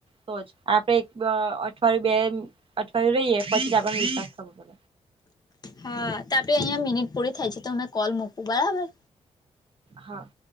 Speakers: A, on the right (about 50°); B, on the left (about 35°).
A: તો જ આપડે એક અઠવાડિયું બે અઠવાડિયું રહીએ પછી આપણને વિશ્વાસ થવો પ
B: હા તો આપડે અહિયાંયા મિનિટ પૂરી થાય છે તો મેં કોલ મૂકું બરાબર
A: હા